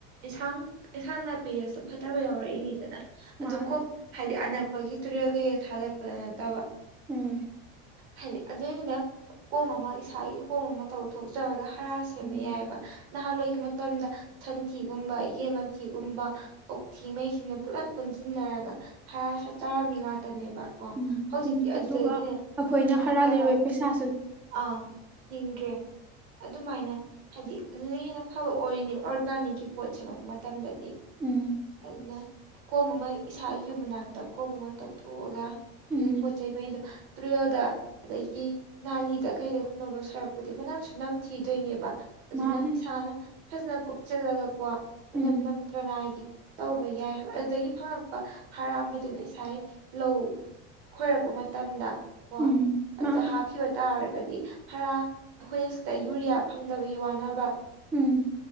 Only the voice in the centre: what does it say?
ꯃꯥꯅꯦ
ꯎꯝ
ꯎꯝ
ꯎꯝ
ꯎꯝ
ꯑꯗꯨꯒ ꯑꯩꯈꯣꯏꯅ
ꯍꯥꯔꯥ ꯂꯩꯔꯤꯕ ꯄꯩꯁꯥ
ꯎꯝ
ꯎꯝ
ꯃꯥꯅꯦ
ꯎꯝ
ꯎꯝ
ꯃꯥꯅꯦ
ꯎꯝ